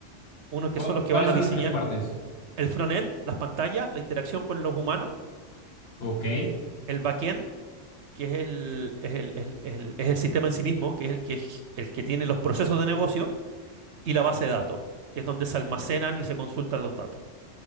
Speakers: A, on the right; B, on the left.
A: Unos que
B: ¿cu-
A: son los que
B: ¿cuáles
A: van a
B: son
A: diseñar
B: las tres partes?
A: el front-end, las pantallas, la interacción con los humanos,
B: Ok,
A: el back-end, que es el, es el- el- el- es el sistema en sí mismo, que es el que, g- el que tiene los procesos de negocio, y la base de datos, que es donde se almacenan y se consultan los datos.